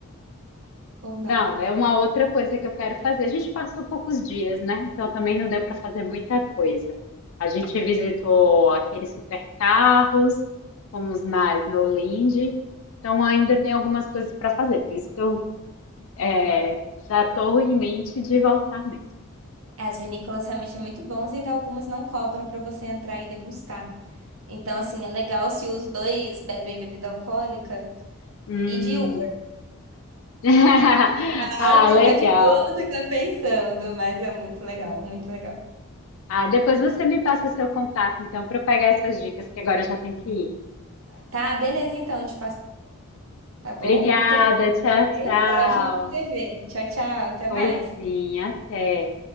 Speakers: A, on the right (about 70°); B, on the left (about 70°).
A: ou não?
B: Não, é uma outra coisa que eu quero fazer. A gente passou poucos dias, né? Então também não deu para fazer muita coisa. A gente visitou aqueles supercarros, fomos na Snowland, então ainda tem algumas coisas para fazer. Por isso que eu É, já estou em mente de voltar mesmo.
A: É, As vinícolas realmente são muito bons e algumas não cobram para você entrar e degustar. Então, assim, é legal se os dois bebem bebida alcoólica
B: Hum.
A: e de uva
B: <laughs>
A: ficar <laughs>
B: Ah, legal.
A: de boa, não ficar pensando, mas é muito legal, muito legal.
B: Ah, depois você me passa o seu contato, então, para eu pegar essas dicas, que agora eu já tenho que ir.
A: Tá, beleza então, te passo, tá bom?
B: Obrigada,
A: Muito obrigada,
B: tchau,
A: viu?
B: tchau.
A: Foi ótimo te ver. Tchau, tchau, até
B: Pois
A: mais.
B: sim, até.